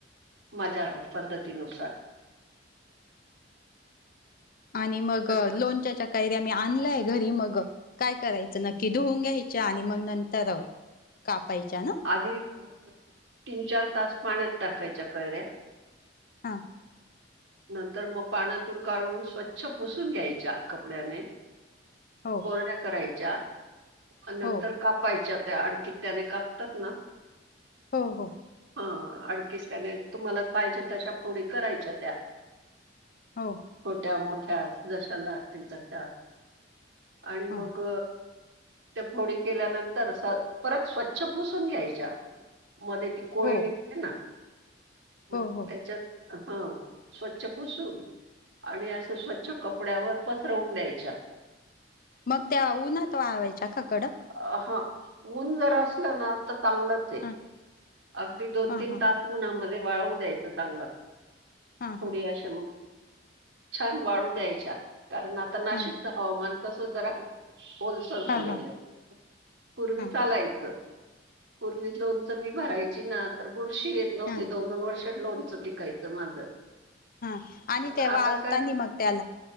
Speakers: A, on the right; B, on the left.
A: माझ्या पद्धतीनुसार.
B: <inaudible> आणि मग
A: त्यातलं
B: लोणच्याच्या कैऱ्या मी आणलंय घरी मग काय करायचं नक्की धुऊून घ्यायच्या आणि मग नंतर कापायच्या ना.
A: आधी तीन-चार तास पाण्यात टाकायच्या कैऱ्या.
B: हां. <inaudible>
A: नंतर मग पाण्यातून काढून स्वच्छ पुसून घ्यायच्या कपड्याने.
B: हो
A: कोरड्या करायच्या नंतर
B: हो
A: कापायच्या त्या अडखीत्याने काप तात ना.
B: हो हो.
A: हा आणखीत्याने तुम्हाला पाहिजे तशा फोडी करायच्या त्या.
B: हो.
A: छोट्या-मोठ्या जशा लाटतील तशा आणि
B: हां
A: मग ते फोडी केल्यानंतर परत स्वच्छ पुसून घ्यायच्या मध्ये कोडी
B: हो
A: निघते ना
B: हो
A: त्याच्यात
B: हो.
A: हा स्वच्छ पुसून आणि असं स्वच्छ कपड्यावर पसरवून द्यायच्या.
B: मग त्या उन्हात वाळवायच्या का कडक?
A: अ ह ऊन जर असलं ना तर चांगलंच आहे.
B: हां
A: अगदी दोन-तीन
B: हां हां
A: तास उन्हामध्ये वाळवू द्यायचं चांगलं
B: हां
A: थोडी
B: हां.
A: अशा छान वाळू द्यायच्या कारण आता नाशिकता
B: हा
A: हवामान कस जरा ओलसर झालेलं
B: हा हा
A: आहे पूर्वी
B: हा
A: चालायचं. पूर्वी लोनंच मीं भरायची ना तरं बुरशी येतं नव्हती
B: हा
A: दोन दोन वर्ष लोनच टिकायचं माझं.
B: हां आणि
A: पण
B: ते वाळतानी
A: आता काय
B: मगं त्याला